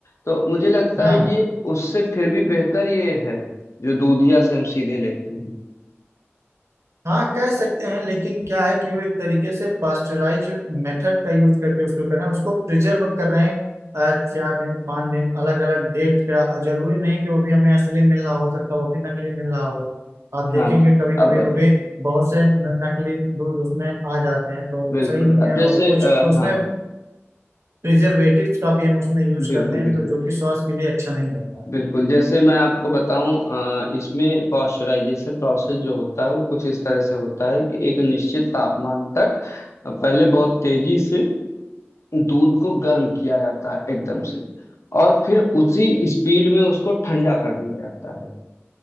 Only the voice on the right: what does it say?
हाँ
हाँ कह सकते हैं लेकिन क्या है कि वो एक तरीके से पास्चराइज मेथड का यूज करके उसको कर रहे हैं उसको प्रिजर्व कर रहे हैं अ, चार दिन पाँच दिन अलग अलग डेट का और जरूरी नहीं कि वो भी हमें असली मिल रहा हो सकता है वो भी नकली मिल रहा हो आप देखेंगे
कभी कभी
वो भी बहुत से न- नकली दूध उसमें आ जाते हैं तो
सही नहीं है
और कुछ
तो उसमें
प्रिजर्वेटिव्स का भी हम उसमें यूज
करते हैं
तो जो कि स्वास्थ्य के लिए अच्छा नहीं रहता